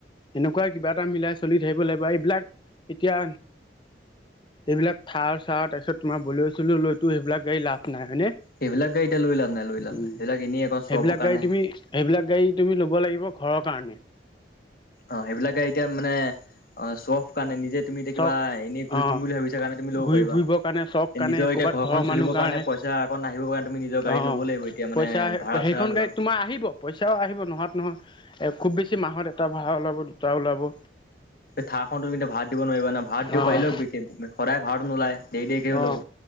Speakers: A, on the left; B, on the left.
A: এনেকুৱা কিবা এটা মিলাই চলি থাকিব লাগিব এইবিলাক এতিয়া এইবিলাক থাৰ চাৰ তাৰপিছত তোমাৰ বলছিলো লৈতো সেইবিলাক গাড়ী লাভ নাই হয়নে।
B: সেইবিলাক গাড়ী এতিয়া লৈ লাভ নাই লৈ লাভ
A: উম,
B: নাই সেইবিলাক এনেই অকণ শ্ব
A: সেইবিলাক
B: অফৰ কাৰণেহে
A: গাড়ী তুমি সেইবিলাক গাড়ী তুমি লব লাগিব ঘৰ কাৰণে
B: অ' সেইবিলাকে এতিয়া মানে অ' চফ কাৰণে নিজে তুমি এতিয়া কিবা
A: চখ
B: এনেই ঘূৰি
A: অ,
B: ফুৰিম বুলি ভাবিছা কাৰণে তুমি ল'ব
A: ঘূৰি
B: পাৰিবা
A: ফুৰিবৰ কাৰণে চখ কাৰণে
B: নিজৰ এতিয়া
A: কৰ'ৰবাত
B: ঘৰখন
A: ঘৰৰ
B: চলিবৰ
A: মানুহ কাৰণে
B: পইচা অকণ আহিবৰ কাৰণে তুমি নিজৰ গাড়ী
A: অ',
B: ল'ব লাগিব এতিয়া মানে
A: পইচা
B: ভাড়া
A: সেইখন
B: চাড়া লোৱা।
A: গাড়ীত তোমাৰ আহিব পইচাও আহিব নোহাত নহয়। খুব বেছি মাহত এটা ভাড়া ওলাব দুটা ওলাব।
B: থাৰ খন তো কিন্তু ভাত দিব নোৱাৰিবা না ভাত দি
A: অ'
B: পাৰিলেও সদায় ভাত নোলাই দেৰি দেৰিকে
A: অ'
B: ওলাব